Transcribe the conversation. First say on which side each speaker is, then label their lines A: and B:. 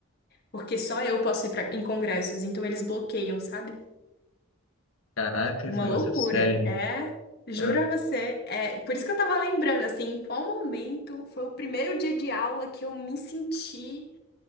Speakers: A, on the left; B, on the left.
A: porque só eu posso ir pra, em congressos, então eles bloqueiam, sabe?
B: Caraca,
A: Uma
B: esse negócio
A: loucura.
B: é sério, hein?
A: É, juro
B: Eu-
A: a você, é, por isso que eu tava lembrando assim, em qual momento foi o primeiro dia de aula que eu me senti